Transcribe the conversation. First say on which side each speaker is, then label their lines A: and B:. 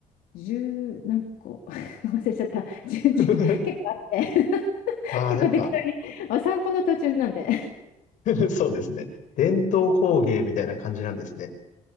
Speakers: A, on the left; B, on the left.
A: 十何個 <laughs> 忘れちゃった。10結
B: <laughs> はい
A: 構あって <laughs>
B: ああ、
A: 結構適当にお散歩の途中なんで
B: なんか <laughs> そうですね。伝統工芸みたいな感じなんですね。